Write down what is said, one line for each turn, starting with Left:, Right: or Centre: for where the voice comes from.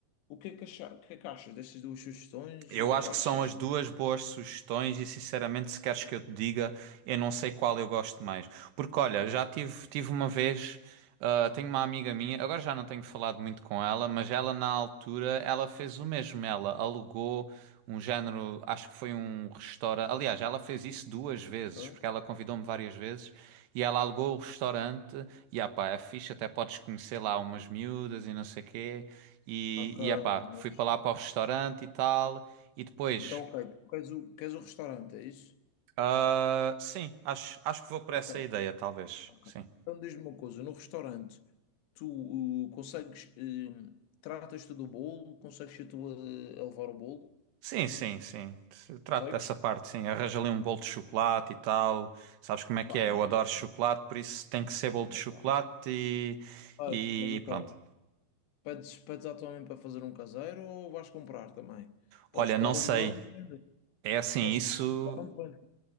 Left: O que é que, acha... o que é que achas destas duas sugestões?
Right: Eu
Left: O que
Right: acho
Left: é que achas?
Right: que são as duas boas sugestões e sinceramente, se queres que eu te diga, eu não sei qual eu gosto mais. Porque olha, já tive, tive uma vez, ah, tenho uma amiga minha, agora já não tenho falado muito com ela, mas ela na altura, ela fez o mesmo, ela alugou um género, acho que foi um restaurante. Aliás, ela fez isso duas vezes,
Left: Hã?
Right: porque ela convidou-me várias vezes e ela alugou o restaurante e ah pá, é fixe, até podes conhecer lá umas miúdas e não sei quê. E,
Left: Ok,
Right: e ah pá,
Left: mas.
Right: fui para lá para o restaurante e tal. E depois,
Left: Então, ok, tu queres o, queres o restaurante, é isso?
Right: ah, sim, acho, acho que vou por essa
Left: Ok,
Right: ideia, talvez.
Left: ok.
Right: Sim.
Left: Então diz-me uma coisa: no restaurante, tu uh, consegues. hum, tratas-te do bolo? Consegues tu a levar o bolo?
Right: Sim, sim, sim. Eu Trato
Left: Consegues?
Right: dessa parte, sim. Arranja ali um bolo de chocolate e tal. Sabes como é que
Left: Pá,
Right: é?
Left: não.
Right: Eu adoro chocolate,
Left: não,
Right: por isso tem que ser bolo de
Left: não
Right: chocolate
Left: tá.
Right: e,
Left: Ai,
Right: e
Left: mas ok.
Right: pronto.
Left: Pedes, pedes à tua mãe para fazer um caseiro ou vais comprar também?
Right: Olha,
Left: Posso
Right: não
Left: dar
Right: sei.
Left: um lugar onde vendem.
Right: É assim,
Left: Posso
Right: isso.
Left: dar um lugar onde vendem.